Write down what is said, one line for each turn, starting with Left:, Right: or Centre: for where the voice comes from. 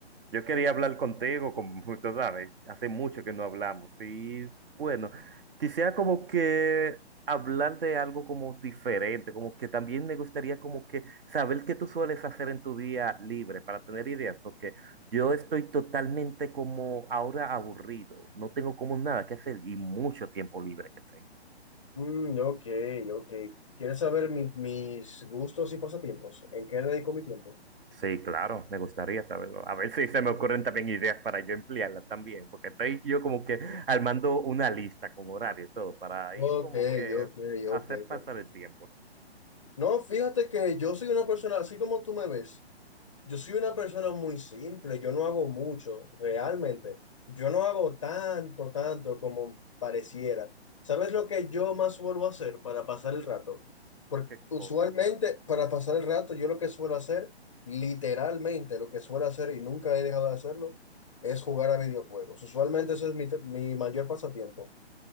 Right: Yo quería hablar contigo, como <laughs> tú sabes, hace mucho que no hablamos. Y bueno, quisiera como que hablar de algo como diferente, como que también me gustaría como que saber qué tú sueles hacer en tu día libre para tener ideas, porque yo estoy totalmente como ahora aburrido, no tengo como nada que hacer y mucho tiempo libre que tengo.
Left: Mm, ok, ok. ¿Quieres saber mi- mis gustos y pasatiempos? ¿En qué dedico mi tiempo?
Right: Sí, claro, me gustaría saberlo. A ver si se me ocurren también ideas para yo emplearla también, porque estoy yo como que armando una lista con horario y todo para ir
Left: Ok,
Right: como que
Left: ok,
Right: hacer
Left: ok.
Right: pasar
Left: ok.
Right: el tiempo.
Left: No, fíjate que yo soy una persona, así como tú me ves, yo soy una persona muy simple, yo no hago mucho, realmente. Yo no hago tanto, tanto como pareciera. ¿Sabes lo que yo más suelo hacer para pasar el rato? Porque
Right: ¿Qué
Left: usualmente
Right: cosa?
Left: para pasar el rato yo lo que suelo hacer, literalmente lo que suelo hacer y nunca he dejado de hacerlo, es jugar a videojuegos. Usualmente eso es mi, mi mayor pasatiempo.